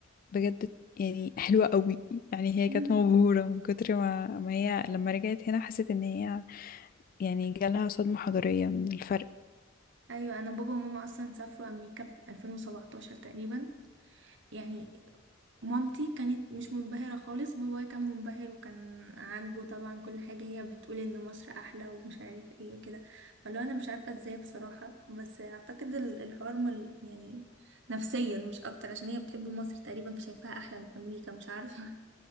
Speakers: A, on the left; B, on the right.
A: بجد يعني حلوة قوي يعني هي
B: <laughs> مم.
A: كانت مبهورة من كتر ما, ما هي لما رجعت هنا حست ان هي يعني جالها صدمة حضارية من الفرق
B: ايوه انا بابا وماما اصلا سافروا امريكا في 2017 تقريبا يعني مامتي كانت مش منبهره خالص بابايا كان منبهر وكان عاجبه طبعا كل حاجه هي بتقول ان مصر احلى ومش عارف ايه وكده فلو انا مش عارفه ازاي بصراحه بس اعتقد ال- الحوار مل يعني نفسيا مش اكتر عشان هي بتحب مصر تقريبا فشايفاها احلى من امريكا مش عارفه